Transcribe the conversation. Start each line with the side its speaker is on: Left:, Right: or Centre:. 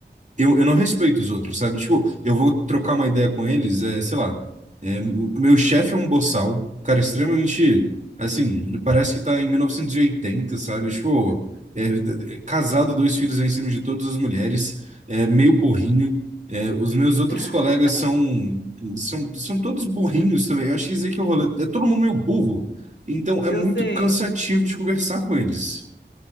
Right: Eu, eu não respeito os outros, sabe? Tipo, eu vou trocar uma ideia com eles, é, sei lá. é, o meu chefe é um boçal, cara, extremamente. Assim, parece que tá em 1980, sabe? Tipo, é, é casado, dois filhos em cima de todas as mulheres, é meio burrinho. é, os meus outros
Left: <laughs>
Right: colegas são, são, são todos burrinhos também. Eu acho que dizer que o rolê. É todo mundo meio burro. Então é
Left: Eu
Right: muito
Left: sei.
Right: cansativo de conversar com eles.